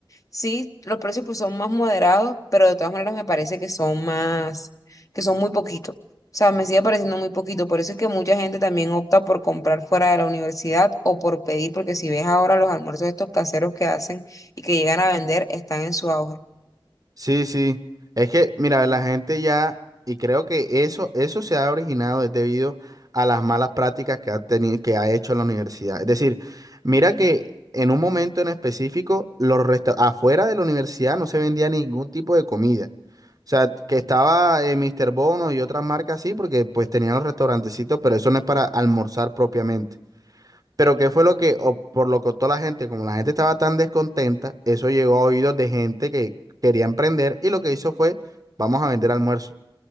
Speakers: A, on the left; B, on the right.
A: Sí, los precios pues son más moderados, pero de todas maneras me parece que son más, que son muy poquito. O sea, me sigue pareciendo muy poquito. Por eso es que mucha gente también opta por comprar fuera de la universidad o por pedir, porque si ves ahora los almuerzos estos caseros que hacen y que llegan a vender, están en su auge.
B: Sí, sí. Es que, mira, la gente ya, y creo que eso, eso se ha originado es debido a las malas prácticas que ha tenido, que ha hecho la universidad. Es decir, mira que en un momento en específico, los resta- afuera de la universidad no se vendía ningún tipo de comida. O sea, que estaba eh, Mr. Bono y otras marcas así, porque pues tenían los restaurantecitos, pero eso no es para almorzar propiamente. Pero qué fue lo que, o por lo que optó la gente, como la gente estaba tan descontenta, eso llegó a oídos de gente que quería emprender y lo que hizo fue, vamos a vender almuerzos.